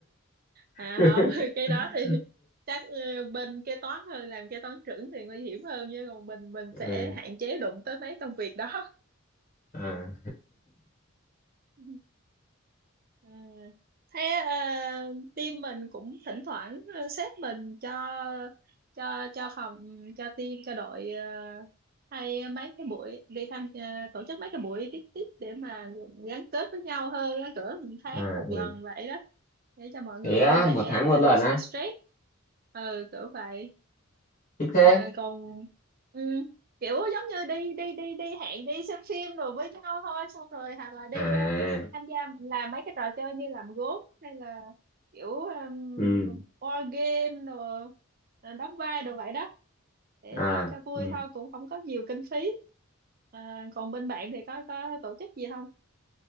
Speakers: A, on the right (about 45°); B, on the left (about 40°).
A: à
B: <laughs>
A: không <laughs> cái đó thì chắc ờ, bên kế toán hơn làm kế toán trưởng thì nguy hiểm hơn chứ còn mình mình
B: ừ.
A: sẽ hạn chế đụng tới mấy công việc đó
B: à.
A: <laughs> Ừ. Thế ờ, team mình cũng thỉnh thoảng ờ, sếp mình cho cho cho phòng cho team cho đội ờ, hay mấy cái buổi đi tham ờ, tổ chức mấy cái buổi tiếp tiếp để mà gắn kết với nhau hơn á, cỡ một tháng
B: à
A: một
B: ừ.
A: lần vậy đó để cho mọi người
B: thế
A: vui
B: á
A: vẻ
B: một tháng một
A: ờ,
B: lần
A: xả
B: á
A: stress ừ cỡ vậy
B: thích thế
A: Ờ, còn ừ, kiểu giống như đi đi đi đi hẹn đi xem phim rồi với nhau thôi xong rồi hoặc là đi
B: à
A: ờ, tham gia làm mấy cái trò chơi như làm gốm hay là kiểu um,
B: ừ
A: board game rồi rồi đóng vai đồ vậy đó để
B: à
A: cho cho vui
B: ừ
A: thôi cũng không có nhiều kinh phí à, còn bên bạn thì có có tổ chức gì không